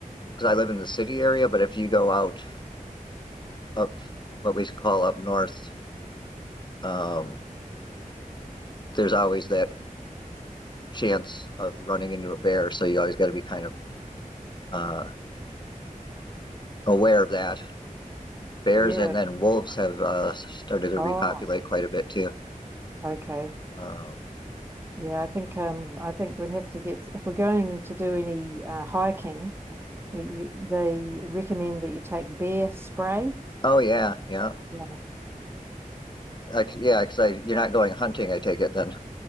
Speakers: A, on the left; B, on the right.
A: because I live in the city area, but if you go out up what we call up north, um, there's always that chance of running into a bear, so you always got to be kind of uh, aware of that. Bears
B: Yeah.
A: and then wolves have uh, started to
B: Oh.
A: repopulate quite a bit too.
B: Okay.
A: Um,
B: Yeah, I think um I think we'd have to get if we're going to do any uh, hiking, we, you, they recommend that you take bear spray.
A: oh yeah, yeah,
B: Yeah.
A: I c yeah, because I, you're not going hunting, I take it then.